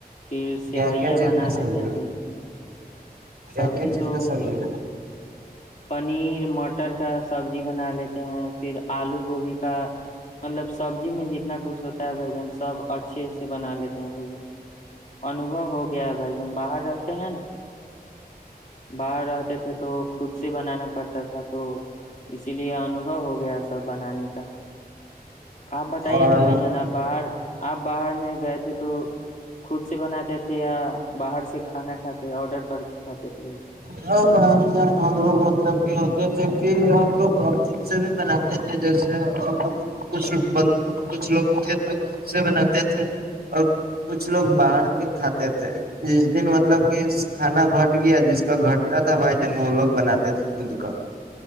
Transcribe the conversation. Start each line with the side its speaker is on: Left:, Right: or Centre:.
Left: پھر سیوئیا
Right: کیا کیا چک
Left: بنا
Right: سد
Left: لیتے ہیں بھائی جان
Right: کیا
Left: سبزی
Right: کیا چک
Left: تو
Right: سلجا
Left: پنیر مٹر کا سبزی بنا لیتے ہیں پھر آلو گوبھی کا مطلب سبزی میں جتنا کچھ ہوتا ہے بھ جن سب اچھے سے بنا لیتے ہیں بھائی جن انوبو ہو گیا ہے بھ جن باہر رہتے ہیں نا باہر رہتے تھے تو خود سے بنانا پڑتا تھا تو اسی لیے انوبو ہو گیا سب بنانے کا آپ بتائیے
Right: اور
Left: نا بھائی جان آپ باہر آپ باہر میں گئے تھے تو خود سے بناتے تھے یا باہر سے کھانا کھاتے آڈر کر کھاتے تھے لے
Right: ہاں جان ہم لوگ مطلب کہ ہوتے تھے کہ ہم لوگ ا خود سے بھی بناتے تھے جیسے ہم لوگ کچھ کچھ لوگ تھے تو خود سے بناتے تھے اور کچھ لوگ باہر کے کھاتے تھے جس دن مطلب کہ کھانا گھٹ گیا جس کا گھٹتا تھا بھائی جان وہ لوگ بناتے تھے خود کا